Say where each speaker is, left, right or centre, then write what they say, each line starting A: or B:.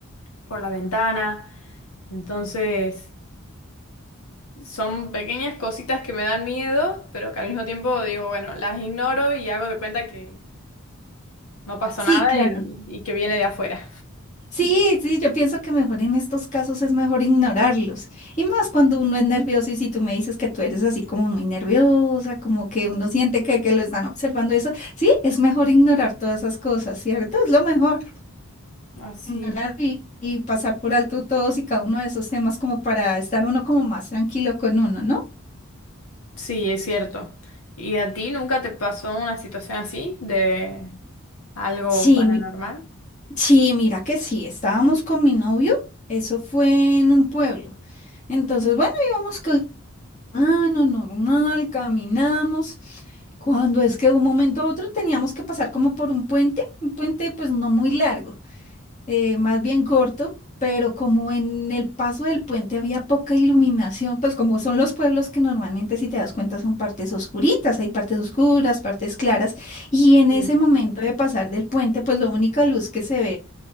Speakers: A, on the left; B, on the left.
A: por la ventana. Entonces, son pequeñas cositas que me dan miedo, pero que al mismo tiempo digo, bueno, las ignoro y hago de cuenta que no pasó
B: Sí,
A: nada
B: claro.
A: y, y que viene de afuera.
B: Sí, sí, yo pienso que mejor en estos casos es mejor ignorarlos. Y más cuando uno es nervioso y si tú me dices que tú eres así como muy nerviosa, como que uno siente que, que lo están observando eso, sí, es mejor ignorar todas esas cosas, ¿cierto? Es lo mejor.
A: Así
B: Ignorar y, y pasar por alto todos y cada uno de esos temas como para estar uno como más tranquilo con uno, ¿no?
A: Sí, es cierto. ¿Y a ti nunca te pasó una situación así de algo
B: Sí,
A: paranormal?
B: mi- sí, mira que sí, estábamos con mi novio, eso fue en un pueblo. Entonces, bueno, íbamos Ah, no, normal, caminamos. Cuando es que de un momento a otro teníamos que pasar como por un puente, un puente pues no muy largo, eh, más bien corto, pero como en el paso del puente había poca iluminación, pues como son los pueblos que normalmente si te das cuenta son partes oscuritas, hay partes oscuras, partes claras, y en
A: Sí.
B: ese momento de pasar del puente pues la única luz que se ve